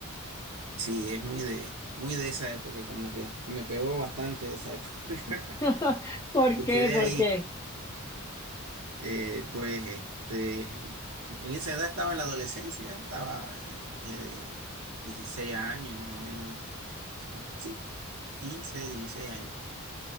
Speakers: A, on the right (about 70°); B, on the left (about 15°).
A: sí, es muy de, muy de esa época, como que me pegó bastante esa época. <laughs>
B: <laughs> ¿Por
A: Y
B: qué?
A: quedé
B: ¿Por
A: ahí.
B: qué?
A: Eh, pues este, en esa edad estaba en la adolescencia, estaba eh, que de 16 años más o menos. si no- Sí, 15 16 años.